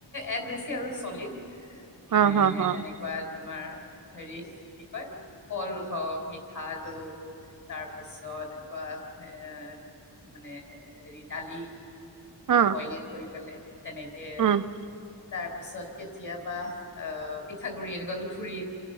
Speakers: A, on the left; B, on the right.
A: এড হৈছে আৰু ছলিড মানে
B: হ, হ, হ,
A: এনেকুৱা তোমাৰ হেৰি কি কয় কল হওক মিঠা আলু তাৰপিছত এনেকুৱা এঁ মানে হেৰি দালি
B: হ,
A: বইলিং কৰি পেলাই তেনেকে
B: উম,
A: তাৰ পিছত কেতিয়াবা অ' পিঠাগুৰি এনেকুৱা লুঠুৰি